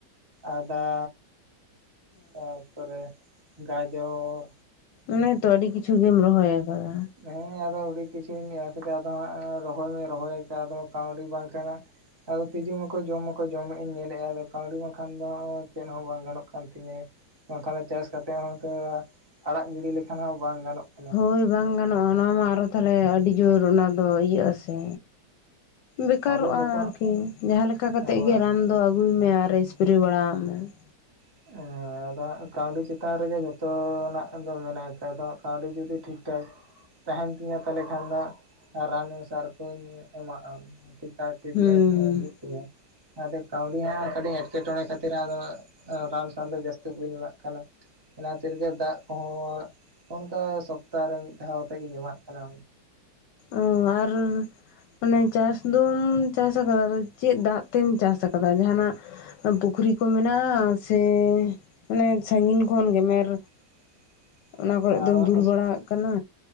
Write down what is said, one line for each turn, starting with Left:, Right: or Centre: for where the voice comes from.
Right: ᱟᱫᱟ ᱛᱟᱨᱯᱚᱨᱮ ᱜᱟᱡᱚᱨ
Left: ᱚᱱᱮ ᱛᱚ ᱟᱹᱰᱤ ᱠᱤᱪᱷᱩ ᱜᱮᱢ ᱨᱚᱦᱚᱭ ᱟᱠᱟᱫᱟ
Right: ᱦᱮᱸ ᱟᱫᱚ ᱟᱹᱰᱤ ᱠᱤᱪᱷᱩᱧ ᱪᱟᱥ ᱠᱟᱜ ᱟᱫᱚ ᱦᱟᱸᱜ ᱨᱚᱦᱚᱭ ᱢᱟᱧ ᱨᱚᱦᱚᱭ ᱟᱠᱟᱫ ᱟᱫᱚ ᱠᱟᱹᱣᱰᱤ ᱵᱟᱝ ᱠᱟᱱᱟ ᱟᱫᱚ ᱛᱤᱡᱩ ᱢᱟᱠᱚ ᱡᱚᱢ ᱢᱟᱠᱚ ᱡᱚᱢᱮᱫ-ᱟ ᱤᱧ ᱧᱮᱞᱮᱫᱼᱟ ᱟᱫᱚ ᱠᱟᱹᱣᱰᱤ ᱵᱟᱠᱷᱟᱱ ᱫᱚ ᱪᱮᱫ ᱦᱚᱸ ᱵᱟᱝ ᱜᱟᱱᱚᱜ ᱠᱟᱱ ᱛᱤᱧᱟᱹ ᱵᱟᱝᱠᱷᱟᱱ ᱫᱚ ᱪᱟᱥ ᱠᱟᱛᱮᱜ ᱦᱚᱸᱛᱚ ᱟᱲᱟᱜ ᱜᱤᱲᱤ ᱞᱮᱠᱷᱟᱱ ᱦᱚᱸ ᱵᱟᱝ ᱜᱟᱱᱚᱜ ᱠᱟᱱᱟ
Left: ᱦᱳᱭ ᱵᱟᱝ ᱜᱟᱱᱚᱜᱼᱟ ᱚᱱᱟ ᱢᱟ ᱟᱨᱚ ᱛᱟᱦᱚᱞᱮ ᱟᱹᱰᱤ ᱡᱳᱨ ᱚᱱᱟ ᱫᱚ ᱤᱭᱟᱹᱜ ᱟᱥᱮ ᱵᱮᱠᱟᱨᱚᱜᱼᱟ
Right: ᱟᱫᱚ ᱡᱚᱛᱚ
Left: ᱟᱨᱠᱤ ᱡᱟᱦᱟᱸᱞᱮᱠᱟ ᱠᱟᱛᱮ
Right: ᱦᱳᱭ
Left: ᱜᱮ ᱨᱟᱱ ᱫᱚ ᱟᱜᱩᱭ ᱢᱮ ᱟᱨ ᱦᱤᱨᱤ ᱵᱟᱲᱟᱣᱟᱜ ᱢᱮ ᱾
Right: ᱦᱮ ᱟᱫᱚᱜ ᱦᱟᱜ ᱠᱟᱣᱰᱤ ᱪᱮᱛᱟᱱ ᱨᱮᱜᱮ ᱡᱷᱚᱛᱚᱱᱟᱜ ᱫᱚ ᱢᱮᱱᱟᱜ ᱟᱠᱟᱫ ᱟᱫᱚ ᱠᱟᱣᱰᱤ ᱡᱩᱫᱤ ᱴᱷᱤᱠ ᱴᱷᱟᱠ ᱛᱟᱦᱮᱱ ᱛᱤᱧᱟ ᱛᱟᱦᱞᱮ ᱠᱷᱟᱱ ᱫᱚ ᱨᱟᱱ ᱢᱮᱥᱟ ᱥᱟᱨ ᱠᱩᱧ ᱮᱢᱟᱜᱼᱟ ᱴᱷᱤᱠ ᱮᱟᱜ ᱴᱨᱤᱴᱢᱮᱱᱴ
Left: ᱦᱩᱸ
Right: ᱮᱢ ᱦᱩᱭᱩᱜ ᱛᱤᱧᱟ ᱟᱫᱷᱮᱠ ᱠᱟᱹᱣᱰᱤ ᱠᱟᱹᱴᱤᱡ ᱮᱸᱴᱠᱮᱴᱚᱬᱮ ᱠᱷᱟᱹᱛᱤᱨ ᱟᱫᱚ ᱦᱟᱸᱜ ᱨᱟᱱ ᱥᱟᱱ ᱫᱚ ᱡᱟᱹᱥᱛᱤ ᱵᱟᱹᱧ ᱮᱢᱟᱜ ᱠᱟᱱᱟ ᱚᱱᱟᱛᱤᱨ ᱜᱮ ᱫᱟᱜ ᱠᱚᱦᱚᱸ ᱚᱱᱠᱟ ᱥᱚᱯᱛᱟᱦᱮ ᱨᱮ ᱢᱤᱫ ᱫᱷᱟᱣ ᱠᱟᱛᱮ ᱜᱤᱧ ᱮᱢᱟᱜ ᱠᱟᱱᱟ
Left: ᱚ ᱟᱨ ᱚᱱᱮ ᱪᱟᱥᱫᱢ ᱪᱟᱥ ᱟᱠᱟᱫᱟ ᱪᱮᱫ ᱫᱟᱜ ᱛᱮᱢ ᱪᱟᱥ ᱟᱠᱟᱫᱟ ᱡᱟᱦᱟᱱᱟᱜ ᱯᱩᱠᱷᱨᱤ ᱠᱚ ᱢᱮᱱᱟᱜᱼᱟ ᱥᱮ ᱚᱱᱮ ᱥᱟᱺᱜᱤᱧ ᱠᱷᱚᱱ ᱜᱮᱢᱮᱨ
Right: <unintelligible>
Left: ᱚᱱᱟ ᱠᱚᱨᱮᱫ
Right: ᱟᱨ
Left: ᱫᱚᱢ ᱫᱩᱞ ᱵᱟᱲᱟᱜ ᱠᱟᱱᱟ